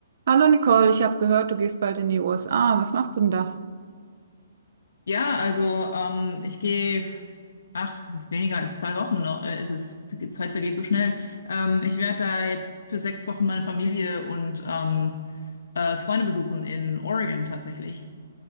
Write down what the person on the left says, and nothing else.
Ja, also ähm, ich gehe, ach, es ist weniger als zwei Wochen noch, äh, es ist, die Zeit vergeht so schnell. Ähm, ich werde da jetzt für sechs Wochen meine Familie und ähm, äh, Freunde besuchen in Oregon tatsächlich.